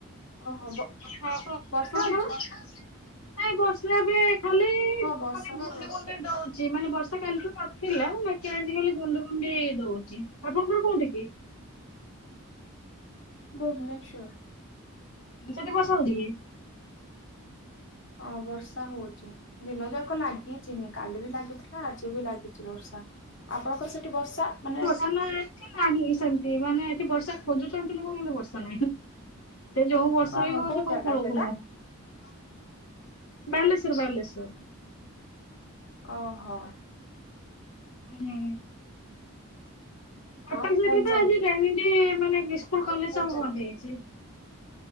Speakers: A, on the left (about 55°); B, on the left (about 75°).
A: ଓହୋ
B: ହଁ
A: ବ
B: ଆପଣ
A: ବର୍ଷା
B: ପଣଙ୍କର
A: ହଉଛି
B: ନାଇଁ ବର୍ଷା ବି ଖାଲି
A: ହଁ
B: ମୁଁ
A: ବର୍ଷା
B: କହିଲି ଗୁଣ୍ଡି
A: ତ ହଉଛି
B: ଗୁଣ୍ଡି ଦୋଉଚି। ଚି ମାନେ ବର୍ଷା କାଲିଠୁ ନଥିଲା ବାକି ଆଜି ଖାଲି ଗୁଣ୍ଡି ଗୁଣ୍ଡି ଦୋଉଚି ଆପଣଙ୍କର ଘର କୋଉଠି କି?
A: ଭୁବନେଶ୍ୱର।
B: ସେଠି ବର୍ଷା ହୋଉଚି କି?
A: ହଁ ବର୍ଷା ହୋଉଚି ଦିନ ଯାକ ଲାଗି ହୋଉଚି ହୁଁ କାଲି ବି ଲାଗୁଥିଲା ଆଜି ବି ଲାଗୁଚି ବର୍ଷା ଆପଣଙ୍କର ସେଠି ବର୍ଷା ମାନେ
B: ମାନେ ଏଠି ନାହିଁ ସେମିତି ମାନେ ଏଠି ବର୍ଷା ଖୋଜୁଚନ୍ତି ଲୋକ କିନ୍ତୁ ବର୍ଷା ନାହିଁ। ସେ ଯୋଉ ବର୍ଷା
A: ଓହୋ
B: ବି ହୋଉଛି କୋଉ
A: ଜାଗା
B: କୂଳକୁ
A: ସେଟା
B: ନୁହଁ। ବାଲେଶ୍ଵର ବାଲେଶ୍ଵର।
A: ଓହୋ।
B: ହୁଁ। କଟକ
A: ଆଉ
B: ସାଇଟ୍
A: କଣ
B: ରେ ତ
A: ଚାଲିଛି
B: ଆଜି ଟ୍ରେନିଗ୍ ମାନେ ସ୍କୁଲ କଲେଜ୍ ସବୁ ବନ୍ଦ ହେଇଚି।